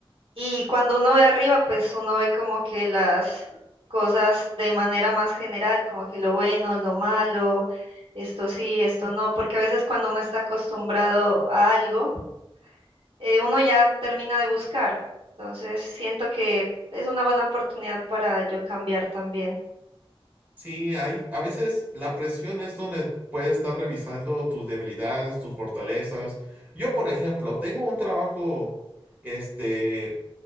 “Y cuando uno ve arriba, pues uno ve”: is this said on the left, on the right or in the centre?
Right